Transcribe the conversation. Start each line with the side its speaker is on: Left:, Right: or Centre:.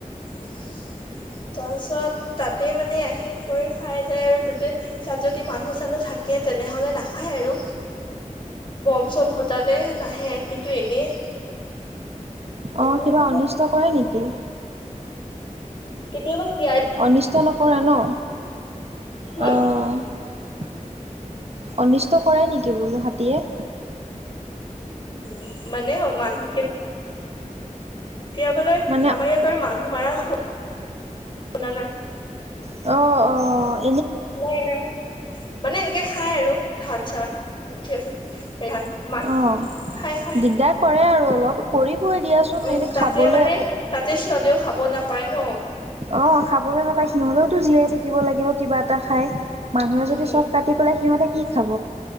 Left: <inaudible> অ' চত ত, তাতে, মানে আহি কৰি খাই যায় আৰু যাতে তাত যদি মানুহ চানুহ থাকে তেনেহলে নাখায় আৰু, বম চম ভুটালে নাহে কিন্তু এনেই। এনে
Right: অ কিবা
Left: হলে
Right: অনিষ্ট কৰে নেকি?
Left: কেতিয়াবা। কেয়াৰে
Right: অনিষ্ট নকৰে ন?
Left: হম
Right: অ' অনিষ্ট কৰে নেকি বোলো হাতীয়ে?
Left: উ মানে মানুহ দতিয়াবলৈ
Right: মানে
Left: আমাৰ ইয়তৰ মানুহ মাৰ শুনা, নাই।
Right: অ' অ'
Left: নাই নাই মানে এনেকে খাই আৰু ধান চান ক্ৰিয়া চথিয়া আছে খ ম
Right: অঁ
Left: খাই খাই
Right: দিগদাৰ কৰে আৰু অলপ কৰিবই দিয়াচোন
Left: উম
Right: এনে
Left: তাতে
Right: খাবলৈ
Left: মানে
Right: একো
Left: তাতে সিহঁতেও খাব ন নাপায় ন
Right: অ খাবলৈ নাপায় সিহঁতে। জীয়াই থাকিব লাগিব কিবা এটা খাই। মানুহে
Left: উম
Right: যদি চব কাটি পেলাই সিহঁতে কি খাব।